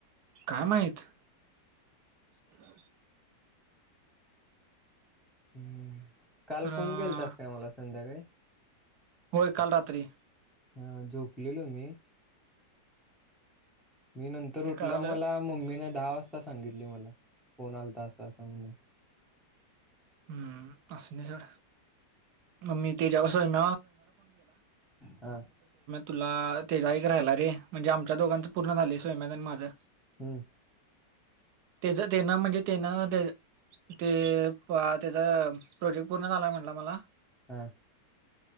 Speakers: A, on the right; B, in the centre.
A: काय माहीत हम.
B: हम् काल
A: खरं
B: फोन केलतास काय मला संध्याकाळी?
A: होय काल रात्री.
B: हा झोपलेलो मी. मी नंतर उठल्यावर
A: ते कळालं
B: मला मम्मीने दहा वाजता सांगितली मला फोन आलता असं असं म्हणून.
A: हम्म असुदे सोड. <unintelligible> सोम
B: हा
A: तुला तेजाईक राहिला रे म्हणजे आमच्या दोघांच पूर्ण झाली सोय आणि माझं
B: हम्म.
A: तेच तेन म्हणजे तेन ते ते त्याचा प्रोजेक्ट पूर्ण झालाय म्हटला मला.
B: ह.